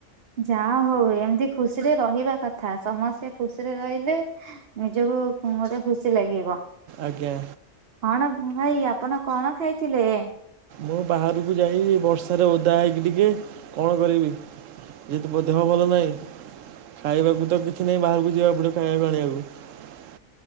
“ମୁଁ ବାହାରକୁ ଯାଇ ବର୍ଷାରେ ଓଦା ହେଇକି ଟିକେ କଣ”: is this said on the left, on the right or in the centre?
Right